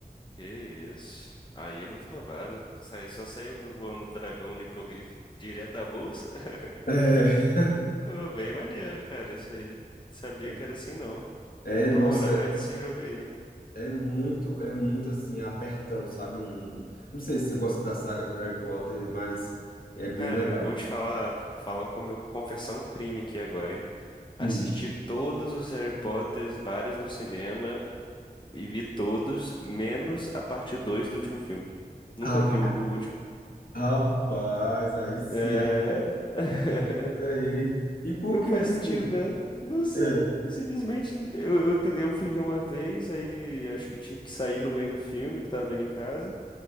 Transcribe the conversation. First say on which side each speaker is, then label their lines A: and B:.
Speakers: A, on the left; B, on the left.
A: Que isso. Aí é muito roubado. Sai- Só saiu roubando o dragão no hipogrifo direto da bolsa. <laughs>
B: É, <laughs>
A: Ô, bem maneiro, cara, isso aí. Não Sabia
B: é,
A: que era assim, não.
B: é,
A: Vou procurar
B: nossa,
A: mais desse jogo aí.
B: é muito, é muito assim, abertão, sabe, o mundo. Não sei se você gosta da saga do Harry Potter, mas é
A: E,
B: bem
A: Cara,
B: legal.
A: vou te falar, falar como eu confessar um crime aqui agora, hein? Assisti
B: Sim.
A: todos os Harry Potters, vários no cinema, e vi todos, menos a parte 2 do último filme. Nunca
B: Ra-
A: vi o o último.
B: Rapaz, aí sim,
A: É. <laughs>
B: aí. E por
A: Não
B: que
A: faz
B: assim?
A: sentido, né? Não sei.
B: é,
A: Simplesmente eu, eu, te- eu fui ver uma vez, aí acho que tive que sair no meio do filme que tava vendo em casa.